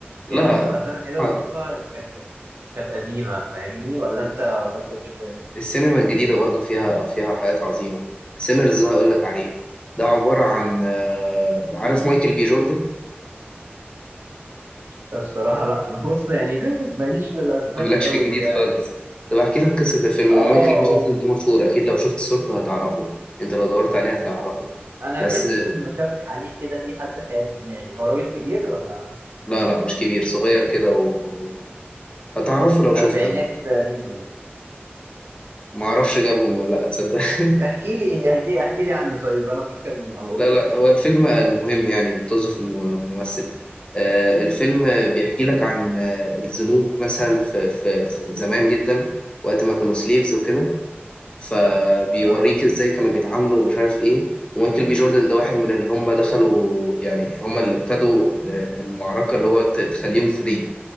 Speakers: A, on the left; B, on the right.
A: لا
B: يعني معظم الافلام الحلوه
A: آه.
B: اللي بشوفها كانت كانت كانت قديمه فاهمني ولا انت ولا انت بتشوف ايه
A: السينما الجديدة برضو فيها فيها حاجات عظيمة سينرز ده أقول لك عليه ده عبارة عن آه عارف مايكل بي جوردن <laughs>
B: الصراحه لا <laughs> انا بص يعني <laughs> ماليش في الاسماء
A: انت مالكش
B: قوي
A: في الجديد
B: يعني
A: خالص طب احكي لك قصة الفيلم
B: اه
A: هو مايكل بي جوردن ده مشهور أكيد لو شفت صورته هتعرفه انت لو دورت عليه هتعرفه
B: انا
A: بس
B: الاسم بشبه عليه كده في حد خيال في دماغي هو راجل كبير ولا
A: لا لا مش كبير صغير كده و هتعرفه لو شفته
B: اربعيناتي
A: يعني.
B: تقريبا
A: ما اعرفش جابهم ولا لا تصدق <laughs>
B: احكي لي احكي احكي لي عنه طيب انا ممكن القطه
A: لا لا
B: كده
A: هو الفيلم المهم يعني متوظف ممثل آه، الفيلم بيحكي لك عن آه، الذنوب مثلا في, في, في زمان جدا وقت ما كانوا سليفز وكده فبيوريك
B: اه
A: ازاي كانوا بيتعاملوا ومش عارف ايه ومايكل بي جوردن ده واحد من اللي هم دخلوا يعني هم اللي ابتدوا آه، المعركة اللي هو ت- تخليهم فري